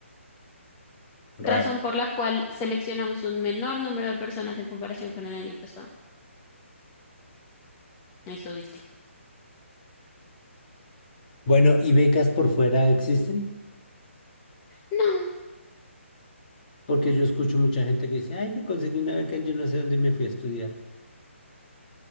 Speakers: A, on the left (about 40°); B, on the left (about 20°).
A: Raro.
B: razón por la cual seleccionamos un menor número de personas en comparación con el año pasado. Eso dice.
A: Bueno, ¿y becas por fuera existen?
B: No,
A: Porque yo escucho mucha gente que dice, ay, me conseguí una beca en yo no sé dónde me fui a estudiar.